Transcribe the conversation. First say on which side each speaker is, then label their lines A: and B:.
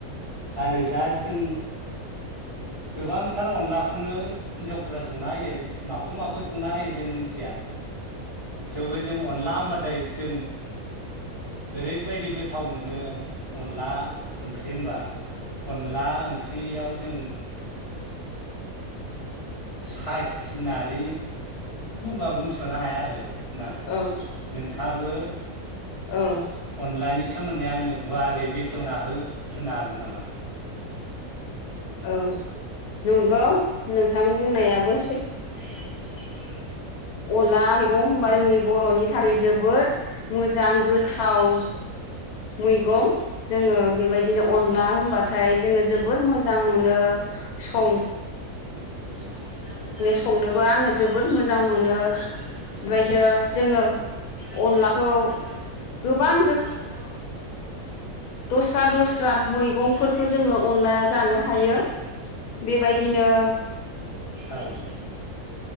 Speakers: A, on the left (about 25°); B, on the left (about 80°).
A: आरो दा जों गोबांथार अनलाखौनो हिनजावफोरा संना होयो माखौ माखौ संना होयो जों मिथिया थेवबो जों अनला होमबाथाय जों ओरैबायदि गोथाव मोनो अनला ओं ओंख्रि होनबा अनला ओंख्रियाव जों साखिनानै बुंबा बुंस'नो हाया आरो ना
B: औ औ
A: नोंथाङाबो
B: औ
A: अनलानि सि सोमोन्दै आंनो गुवारै बेखेवना हो होनो हागोन नामा
B: औ नंगौ नोंथां बुंनायाबो
A: बुंनायाबो सैथो
B: अला मैगं होमबा जोंनि बर'नि थाखाय जोबोद मोजां गोथाव मैगं जोङो बे बेबायदिनो अनला होनबाथाय जोङो जोबोर मोजां मोनो सं
A: संनानै जानो
B: संनोबो
A: बेबायदिनो
B: आङो जोबोद मोजां
A: संनोबो
B: मोनो
A: आङो जोबोद मोजां
B: बेबायदिनो
A: मोनो
B: जोङो
A: बेबायदिनो
B: अनलाखौ
A: जोङो
B: गोबां
A: अनलाखौ
B: दस्रा दस्रा मैगंफोरखौ जोङो अनलाया जानो हायो बेयो बेबायदिनो
A: औ